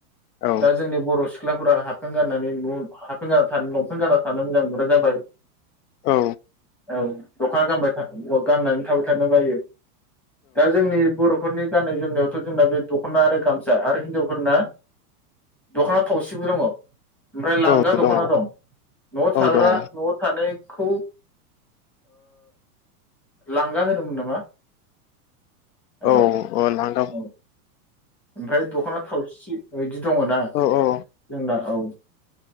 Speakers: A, on the left; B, in the centre.
A: औ
B: दा जोंनि बर' सिख्लाफोरा हाप फेन्थ गाननानै न' हाफेन गाना थानो लंफेन गाना थानो मोजां मोनग्रा जाबाय
A: औ
B: औ दखना गानबाय था गाननानै थाबाय थानो बायो दा जोंनि बर' फोरनि गान्नाय जोमनायावथ जोंना बे दखना आरो गामसा आरो हिनजावफोरना दखना थावसिबो दङ ओमफ्राय लां
A: औ
B: दखना
A: दङ
B: दं नआव
A: औ
B: थाग्रा
A: दङ
B: नआव था <unintelligible> ओ लांगा होनोमोन नामा?
A: औ
B: र'
A: ओ लांगा
B: औ ओमफ्राय दखना थावसि इदि दङ ना
A: औ औ
B: जोंना औ